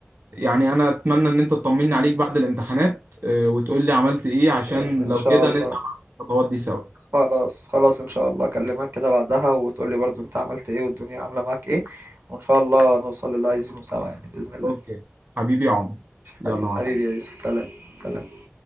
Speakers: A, on the right; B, on the right.
A: يعني انا اتمنى ان انت تطمني عليك بعد الامتحانات آه، وتقول لي عملت ايه عشان
B: إن إن
A: لو
B: شاء
A: كده
B: الله
A: نسعى مع الخطوات دي سوا
B: خلاص خلاص إن شاء الله أكلمك كده بعدها وتقولي برضو أنت عملت إيه والدنيا عاملة معاك إيه وإن شاء الله نوصل للي عايزينه سوا يعني بإذن الله
A: اوكي حبيبي يا عمر يلا
B: حبيبي
A: مع
B: حبيبي يا يوسف سلام سلام